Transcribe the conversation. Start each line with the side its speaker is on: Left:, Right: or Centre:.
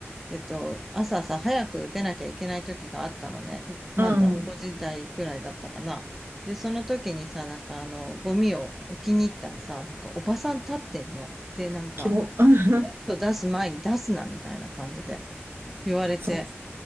Centre: えっと、朝さ、早く出なきゃいけない時があったのね。まだ5時台くらいだったかな。
Right: うん、
Centre: で、その時にさ、なんかあの、ゴミを置きに行ったらさ、なんかおばさん立ってんの。で、なんか、
Right: 気も、<laughs> うん、
Centre: ネット出す前に出すな、みたいな感じで言われて。
Right: そ